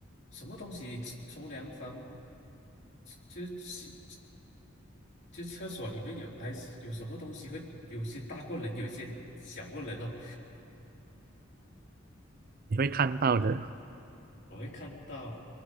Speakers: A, on the left; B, on the right.
A: 什么东西冲凉房，就洗就厕所里面有还是有什么东西会有些大过人，有些小过人哦。
B: 你会看到的
A: 呃，我会看到，